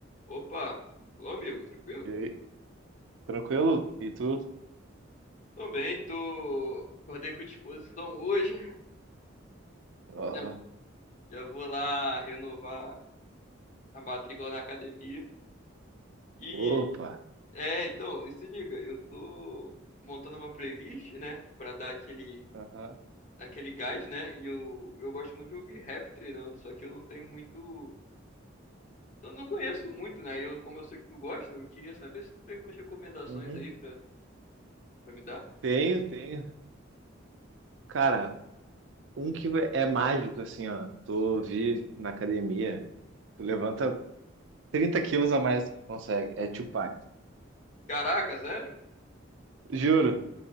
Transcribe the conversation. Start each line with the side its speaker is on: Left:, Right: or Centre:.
Left: Opa, alô amigo, tranquilo?
Right: E aí, tranquilo? E tu?
Left: Também tô. Acordei com disposição hoje.
Right: Ó,
Left: Já já vou lá renovar a matrícula na academia. E
Right: opa.
Left: é, então, e se liga, eu tô montando uma playlist, né, Pra dar aquele
Right: Aham.
Left: aquele gás, né? E eu eu gosto muito de ouvir rap treinando, só que eu não tenho muito Eu não conheço muito, né? Eu, como eu sei que tu gosta, eu queria saber se tu tem umas recomendações
Right: Uhum.
Left: aí pra, pra me dar.
Right: Tenho, tenho. Cara, um que é mágico, assim, ó. Tu vi na academia, tu levanta 30 quilos a mais do que tu consegue. É Tupac.
Left: Caraca, sério?
Right: Juro.